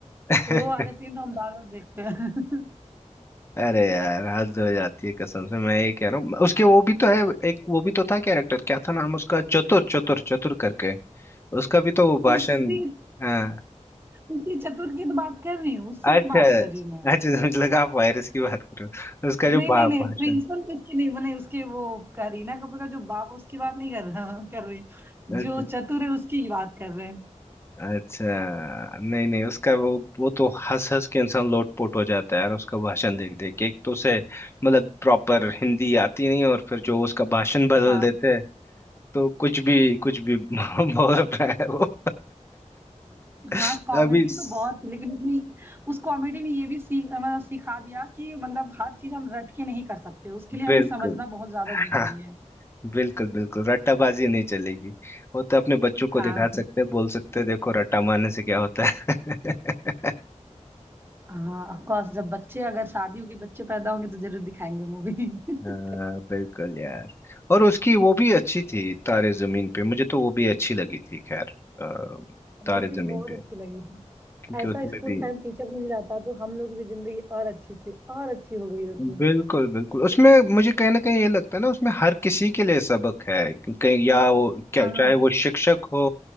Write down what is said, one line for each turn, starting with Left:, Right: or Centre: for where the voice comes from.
Left: <laughs>
Right: वो वाला सीन तो हम बार बार देखते हैं
Left: अरे यार हद हो जाती है कसम से मैं ये कह रहा हूँ उसके वो भी तो है एक वो भी तो था कैरेक्टर क्या था नाम उसका चतुर चतुर चतुर करके उसका भी तो वो भाषण
Right: <laughs> उसी
Left: हाँ
Right: उसी चतुर की तो बात कर रही हूँ उसी
Left: अच्छा
Right: की बात कर रही हूँ
Left: अच्छा <laughs> मुझे लगा आप वायरस की बात करो उसका जो
Right: नहीं
Left: भा,
Right: नहीं नहीं
Left: भाषण
Right: प्रिंसिपल किसकी नहीं बनाई उसके वो करीना कपूर का जो बाप उसकी बात नहीं कर रहा कर रही
Left: अच्छा।
Right: जो चतुर है उसकी ही बात कर रहे हैं
Left: अच्छा नहीं नहीं उसका वो वो तो हंस हंस के इंसान लोटपोट हो जाता है यार उसका भाषण देख देख के। एक तो उसे मतलब प्रॉपर हिंदी आती नहीं और फिर जो उसका भाषण बदल
Right: हाँ
Left: देते हैं तो कुछ भी कुछ भी <laughs> बोल रहा है वो <laughs>
Right: हाँ कॉमेडी
Left: अभी स-
Right: तो बहुत लेकिन उसमें उस कॉमेडी में ये भी सीख मतलब सिखा दिया कि मतलब हर चीज हम रट के नहीं कर सकते उसके लिए
Left: बिल्कुल
Right: हमें समझना बहुत ज्यादा जरूरी
Left: हाँ
Right: है
Left: बिल्कुल बिल्कुल रट्टाबाजी नहीं चलेगी वो तो अपने बच्चों को
Right: हाँ
Left: दिखा सकते हैं बोल सकते हैं देखो रट्टा मारने से क्या होता है <laughs>
Right: हाँ ऑफ कोर्स जब बच्चे अगर शादी होगी बच्चे पैदा होंगे तो जरूर दिखाएंगे मूवी <laughs>
Left: हाँ, बिल्कुल यार और उसकी वो भी अच्छी थी तारे जमीन पे मुझे तो वो भी अच्छी लगी थी खैर अ,
Right: मुझे
Left: तारे
Right: भी
Left: जमीन
Right: बहुत
Left: पे
Right: अच्छी लगी थी
Left: क्योंकि
Right: ऐसा
Left: उसमें
Right: स्कूल
Left: भी
Right: टाइम टीचर मिल जाता तो हम लोग भी जिंदगी और अच्छी से और अच्छी हो गई होती
Left: बिल्कुल बिल्कुल उसमें मुझे कहीं ना कहीं ये लगता है ना उसमें हर किसी के लिए सबक है कि- कहीं या वो क्या
Right: हाँ
Left: चाहे वो शिक्षक हो